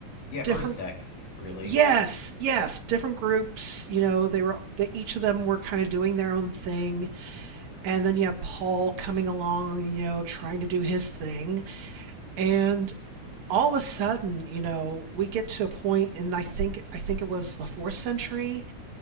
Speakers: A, on the left (about 90°); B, on the right (about 70°).
A: Yeah,
B: Different,
A: or sex, really.
B: yes, yes, different groups. You know, they were that each of them were kind of doing their own thing, and then you have Paul coming along, you know, trying to do his thing, and all of a sudden, you know, we get to a point, and I think I think it was the fourth century